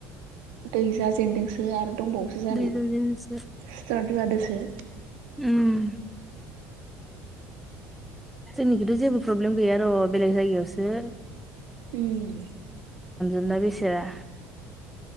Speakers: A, on the right (about 90°); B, in the centre.
A: दै जाजेनदोंसो आरो दंबावोसो जानो
B: दैज्लांजोंसो
A: स्टार्ट जादोसो
B: उम जोंनिखैथ' जेबो प्रब्लेम गैया र' बेलेग जायगायावसो
A: उम
B: ना बैसोआ